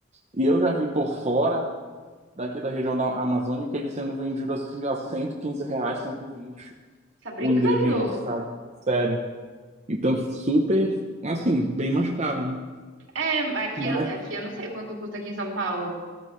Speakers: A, on the right (about 35°); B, on the right (about 75°).
A: E eu já vi por fora, daqui da região da Amazônica, ele sendo vendido assim a 115 reais, 120,
B: Tá brincando?
A: o ingrediente, sabe? Sério. Então, super, assim, bem mais caro, né?
B: É, mas aqui,
A: Mas,
B: aqui eu não sei quanto custa aqui em São Paulo.